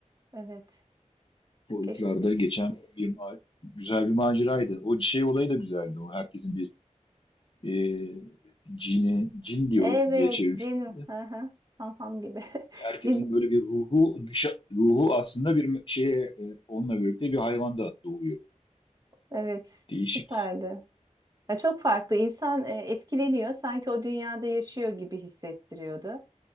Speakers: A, on the right; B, on the left.
A: Evet.
B: Boyutlarda
A: Keşke.
B: geçen bir ma- güzel bir maceraydı. O şey olayı da güzeldi. O herkesin bir e, cini, cin diyor
A: Evet,
B: diye çevirmişlerdi.
A: Jin. Hı hı. Ham ham gibi. <laughs>
B: Herkesin
A: Jin.
B: böyle bir ruhu dışa, ruhu aslında bir me- şeye e, onunla birlikte bir hayvanda doğuyor.
A: Evet,
B: Değişik.
A: süperdi. Ya çok farklı. İnsan e, etkileniyor. Sanki o dünyada yaşıyor gibi hissettiriyordu.